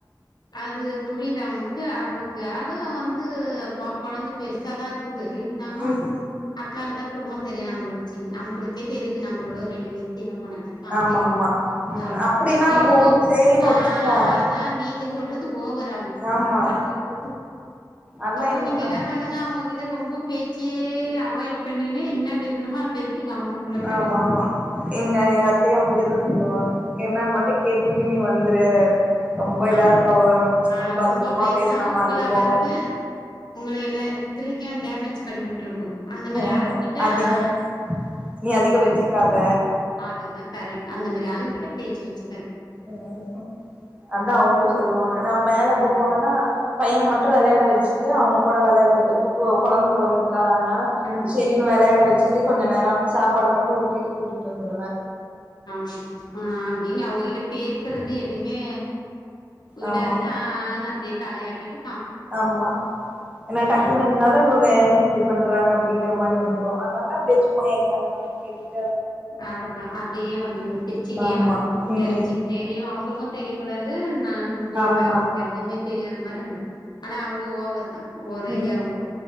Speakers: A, on the left; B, on the right.
A: அது புரியிதா உங் கு அவளுக்கு அதுவு வந்து கொ கொழந்த பெருசாதா இருக்குது இருந்தாலு
B: ம்
A: அக்கான்தா <unintelligible> நம்பளுச்சி நம்பளுக்கே தெரிது நம்பளோட ஒரு ரெண்டு வை சின்ன பொண்ணுதா ஆ
B: ஆமா
A: சேரி
B: ஆமா
A: உ
B: ம்
A: அவ்ள
B: அப்டின்னா
A: இவுங்க
B: நம்ம ஓ சேரின்னு
A: ஆ
B: ஒத்துக்கலா
A: ஆனா நீங்க சொல்றது ஓவரா
B: ஆமா
A: பண்றது
B: அதா
A: அப்ப
B: எங்க
A: நீங்க
B: மா
A: என்ன பண்ணுங்க அவ்ங்கக்கிட்ட ரொம்ப பேச்சே அவாய்ட் பண்ணினு இன்னா பேசணுமோ அ <unintelligible> உள்ள போய்
B: ஆமா ஆமா எங்க எங்க அத்தையு அப்டியேதா சொல்லுவாங்க என்னான் மட்டு கேட்டுட்டு நீ வந்த்ரு ரொம்ப இதா
A: ஆமா
B: அ
A: ஆ
B: ரொம்ப அதிகமா
A: பேசுனா
B: பேஸ்ன
A: உங்கள
B: மாற்ருருக்கு
A: வந்து உங்கள எல்லாரு த்ர்க்யு டேமேஜ் பண்ணி விட்ருவாங் அந்த மாரி
B: ஆமா
A: ஆளுங்க்கிட்ட
B: அதிகோ
A: ஆ
B: நீ அதிகொ வெச்சிக்காத
A: அதுதா கரெக்ட் அந்த மாரி ஆளுங்க்கிட்ட பேச்சி வெச்சிக்
B: ம் அதா அவுங்களு சொல்லுவாங்க நா மேல இப்பப்
A: ம்
B: போனன்னா பையன மட்டு வெளையாட வெச்சிட்டு அவுங்க்கூட வெளையாட இப்ப கொ கொழந்த பொறந்துர் க்கா அதனால
A: ம்
B: சேரினு வெளையாட வெச்சிட்டு கொஞ்ச நேரொ சாப்பாடு மட்டு ஊட்டிட்டு கூட்டிட்டு வந்துருவ
A: அவ்ளதா ஆ அப்டின்னு அவுங்கக்கிட்ட பேசறதே எதை யுமே விடாதீங்க
B: ஆமா
A: ஆ ஆ ஆனு அப்டே தலயாட்டிட்டு
B: ஆமா ஏனா டக்குன்னு
A: அவ்ளோதா
B: இந்தாலு இவுங்க இப்டி பண்றாங்க அப்டிங்கிற மாரி வந்து ரு அனால பேச்சு போ என்னான் மட்டு கேட்டுட்
A: அஹ தா அப்டியே வந்துருங் சிரிச்சிட்டே
B: ஆமா
A: வந்துருங்க
B: ம்
A: தெரிஞ்சி தெரியு அவுங்களுக்கு தெரியக் கூடாது நாம்பளுக்க
B: ஆமா
A: அவுங்க எதைமே தெரியாத மார் ட்டு வந்துருங் ஆனா அவ்ங்க ஓவர் தா ஒரேடியா
B: ம்
A: அவ்ங்கொ